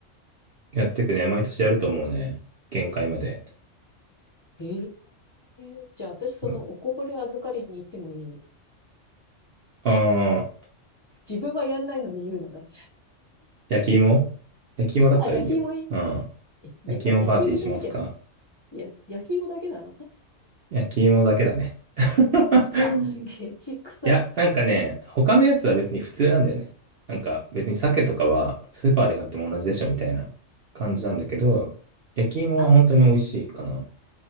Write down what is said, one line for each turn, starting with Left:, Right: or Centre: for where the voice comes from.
Right: やってくね。毎年やると思うね。限界まで。
Left: ええじゃあ私そのおこぼれ預かりに行ってもいい
Right: そう。ああ、
Left: 自分はやんないのに言うのね。
Right: 焼き芋焼き芋だったらいいよ。
Left: あ、焼き芋いい
Right: うん。
Left: えいや焼き芋じゃなきゃ、
Right: 焼き芋パーティーしますか
Left: いや、焼き芋だけなの
Right: 焼き芋だけだね。<laughs>
Left: あ、ケチくさ。
Right: いや、なんかね、他のやつは別に普通なんだよね。なんか別に鮭とかはスーパーで買っても同じでしょみたいな感じなんだけど、焼き芋は本当に美味しいかな。
Left: あ、